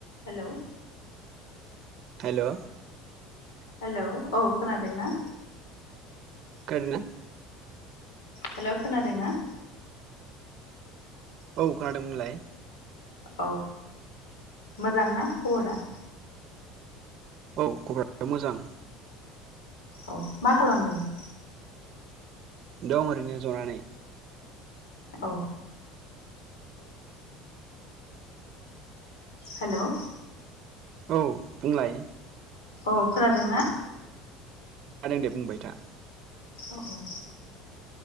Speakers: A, on the left (about 85°); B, on the right (about 55°).
A: Hello
B: hello
A: hello औ खोनादों ना?
B: खोनादोना?
A: हेलौ खोनादों ना?
B: औ खोनादों। होनलाय?
A: औ मोजां ना खबरा?
B: औ खबराबो मोजां।
A: औ मा खालामदोंमोन?
B: दं ओरैनो ज'नानै।
A: औ हेलौ
B: औ बुंलाय?
A: औ खोनादों ना?
B: खोनादों दे बुंबाय था।
A: अ औ